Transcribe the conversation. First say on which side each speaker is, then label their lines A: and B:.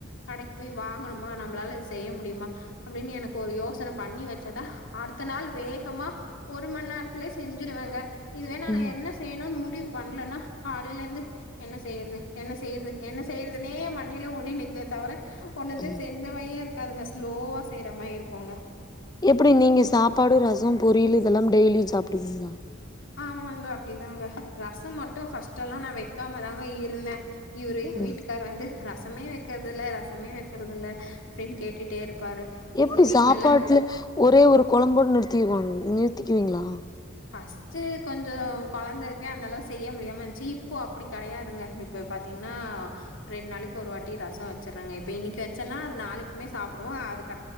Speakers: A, on the left (about 75°); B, on the left (about 20°).
A: கடைக்கு போய் வாங்கணுமா நம்ளால இதுசெய்ய முடியுமா அப்டின்னு எனக்கு ஒரு யோசன பன்னி வச் சதா அடுத்த நாள் வேகமா ஒரு மணி நேரத்துலே செஞ்சிருவேங்க இதுவே நா
B: ம்
A: என்ன செய்யணுன் முடிவு பண்லன்னா காலைலந்து என்ன செய்றது என்ன செய்றது என்ன செய்றதுனே மண்டைல ஓடினிக்க தவிர ஒன்னுத்தியு
B: ம்
A: செஞ் ச மேரிய இருக்காதுங்க ஸ்லோவா செய்ற மாரி இருக்கோங்க
B: எப்டி நீங்கள் சாப்பாடு ரசொ பொரியல் இதெல்லாம் டெய்லி சாப்டுவீங்ளா
A: ஆமாங்க அப்டிதாங்க ரசொ மட்டு ஃபர்ஸ்ட்ல்லா நா வைக்காம தாங்க இருந்தே இவுரு எங்க
B: ம்
A: வீட்டுக்கார் வந்து ரசமே வக்கறத்தில்ல ரசமே வக்கறதில்ல அப்டின்னு கேட்டுட்டே இருப் பாரு
B: எப்டி
A: எங்க வீட்ல
B: சாப்பாட்ல
A: எல்லா
B: ஒரே ஒரு கொழம்போடு நிறுத்திர்வாங்க நிறுத்திக்குவீங்ளா
A: ஃபஸ்ட் கொஞ்சொ கொழந்த இருக்கு அந்த அளவு செய்ய முடியாம இந்ச்சி இப்போ அப்டி கெடையாதுங்க இப்ப பாத்தீங்கனா ரெண்டு நாளைக்கு ஒரு வாட்டி ரசொ வச்சர்றங்க இப்ப இன்னிக்கு வச்சேன்னா அது நாளைக்குமே சாப்டுவோ அது